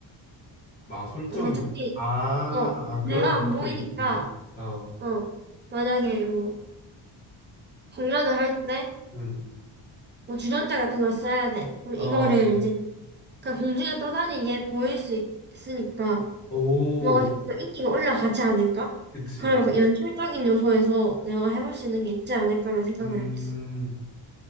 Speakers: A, on the left (about 20°); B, on the right (about 25°).
A: 마술적인.
B: 그러니까 어차피
A: 일. 아,
B: 어
A: 아,
B: 내가
A: 그런
B: 안
A: 로컬이
B: 보이니까
A: 있지. 어,
B: 어 만약에 뭐 공연을 할 때
A: 음,
B: 뭐 주전자 같은 걸 써야 돼. 그럼
A: 어,
B: 이거를 이제 그냥 공중에 떠다니게 보일 수 있- 있으니까
A: 오,
B: 뭔가 좀 더 인기가 올라가지 않을까?
A: 그치.
B: 그런 약간 연출적인 요소에서 내가 해볼 수 있는 게 있지 않을까라는 생각을
A: 음,
B: 해봤어.